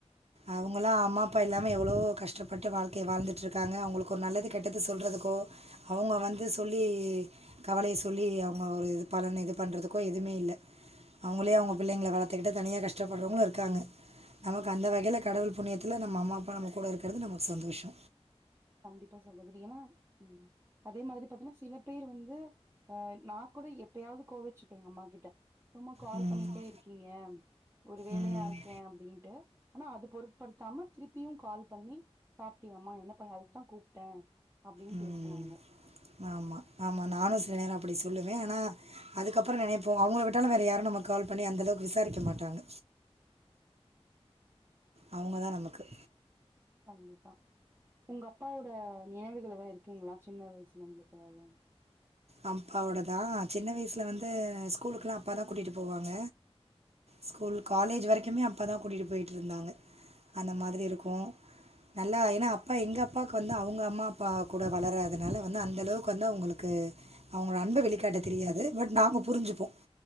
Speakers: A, on the right; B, on the right.
A: அவங்களா அம்மாப் பா இல்லாம எவ்வளளோ கஷ்டப்பட்டு வாழ்க்கைய வாழ்ந்துட்டு இருக்காங்க அவுங்களுக்கு ஒரு நல்லது கெட்டது சொல்றதுக்கோ அவுங்க வந்து சொல்லி கவலைய சொல்லி அவுங்க ஒரு இது பலன் இது பண்ணுறதுக்கோ எதுவுமே இல்ல அவுங்களே அவுங்க பிள்ளைங்கள வளத்துக்குட்டு தனியாக கஷ்டப்படுறவங்களு இருக்காங்க நமக்கு அந்த வகையில கடவுள் புண்ணியத்துல நம்ம அம்மா அப்பா நம்ம கூட இருக்குறது நமக்கு சந்தோஷொ
B: கண்டிப்பா சகோதரி ஏனா ம் அதே மாதிரி பாத்தீங்கன்னா சில பேர் வந்து அ நா கூட எப்பயாவது கோவச்சிப்பே எங்க அம்மா கிட்ட சும்மா கால்
A: ம்
B: பண்ணிட்டே இருக்கீங்க ஒரு வேலையா
A: ம்
B: இருக்கே அப்டின்ட்டு ஆனா அது பொருட்படுத்தாம திருப்பியு கால் பண்ணி சாப்ட்டியாமா என்ன உன்னைய அதுக்குத்தா கூப்ட்டே அப்டின்னு
A: ம்
B: பேசுவாங்க
A: ஆமா ஆமா நானு சில நேர அப்பிடி சொல்லுவே ஆனா அதுக்கப்புற நெனைப்போ அவுங்கள விட்டாலு வேற யாரு நமக்கு கால் பண்ணி அந்த அளவுக்கு விசாரிக்க மாட்டாங்க அவுங்க தா நமக்கு
B: கண்டிப்பா உங்க அப்பாவோட நினைவுகள் எதாது இருக்கீங்களா சின்ன வயசுல உங்குளுக்கு எதாவது
A: அப்பாவோடதா சின்ன வயசில வந்து ஸ்கூலுக்கலா அப்பா தா கூட்டிட்டு போவாங்க ஸ்கூல் காலேஜ் வரைக்குமே அப்பா தா கூட்டிட்டு போயிட்டு இருந்தாங்க அந்த மாதிரி இருக்கு நல்லா ஏன்னா அப்பா எங்க அப்பாக்கு வந்து அவுங்க அம்மா அப்பா கூட வளராதுனால வந்து அந்தளவுக்கு வந்து அவுங்களுக்கு அவுங்களோட அன்ப வெளிக்காட்டத் தெரியாது பட் நாங்க புரிஞ்சுப்போ